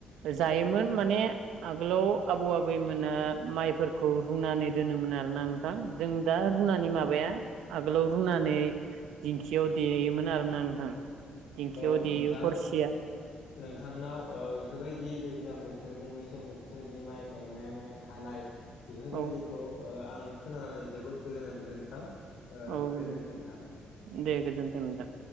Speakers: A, on the right; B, on the left.
A: जायोमोन माने आगोलाव आबौ आबैमोना माइफोरखौ रुनानै दोनोमोन आरोना नोंथां जों दा रुनानै माबाया आगोलाव रुनानै दिंखियाव देयोमोन आरोना नोंथां दिंखियाव
B: औ
A: देयो
B: नोंथां
A: हरसेया
B: नोंथांनाव ओ बेफोर बायदि दैज्लां बोथोरनि मेसें बोथोरनि माइ गायनाय माइ हानाय बेफोर
A: औ
B: बायदिखौ ओ आं खोनानानै जोबोद गोजोननाय मोनदों नोंथां
A: औ गोजोन
B: गोजोनथों नोंथां
A: दे गोजोनथों नोंथां